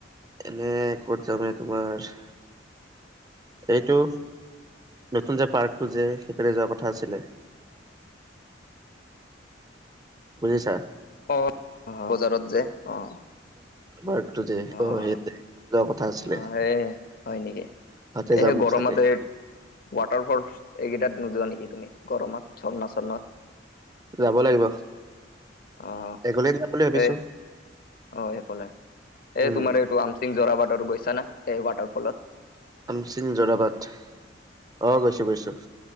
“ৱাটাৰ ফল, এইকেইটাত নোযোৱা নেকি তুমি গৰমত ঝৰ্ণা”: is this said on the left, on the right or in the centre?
Left